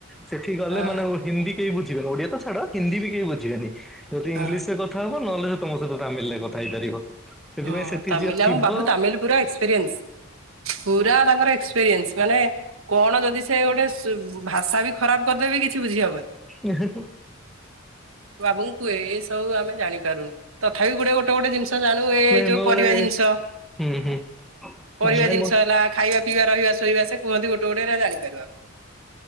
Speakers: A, in the centre; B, on the right.
A: ସେଠି ଗଲେ
B: ହଁ
A: ମାନେ ହିନ୍ଦୀ କେହି ବୁଝିବେନି, ଓଡିଆ ତ ଛାଡ ହିନ୍ଦୀ ବି କେହି ବୁଝିବେନି ଯଦି
B: ହଁ
A: ଇଂଲିଶରେ କଥା ହବ ନହେଲେ ତମ ସହିତ ତାମିଲ ରେ କଥା ହେଇପାରିବ। ସେଥିପାଇଁ
B: ହଁ,
A: ସେଠି
B: ତାମିଲ
A: ଯିଏ ଥିବ
B: ଆମ ବାବୁ ତାମିଲ ପୁରା ଏକ୍ସପିରିଏନ୍ସ, ପୁରା ତାଙ୍କର ଏକ୍ସପିରିଏନ୍ସ। ମାନେ କଣ ଯଦି ସେ ଗୋଟେ ସୁ ଭାଷା ବି ଖରାପ କରିଦେବ କିଛି ବୁଝିହବନି।
A: ଓହୋ
B: ବାବୁଙ୍କୁୁ କୁହେ ଏ ସବୁ ଆମେ ଜାଣିପାରୁନୁ ତଥାପି ଗୋଟେ ଗୋଟେ ଗୋଟେ ଜିନିଷ ଜାଣୁ ଏ
A: ନାଇଁ
B: ଯୋଉ
A: ମୁଁ ଗୋଟେ
B: ପରିବା ଜିନିଷ,
A: ହୁଁ ହୁଁ ହଁ
B: ପରିବା
A: ନାଇଁ
B: ଜିନିଷ
A: ମୁଁ
B: ହେଲା ଖାଇବା ପିଇବା, ରହିବା, ଶୋଇବା, ସେ କୁହନ୍ତି ଗୋଟେ ଗୋଟେ ହେରା ଜାଣିପାରୁ ଆମେ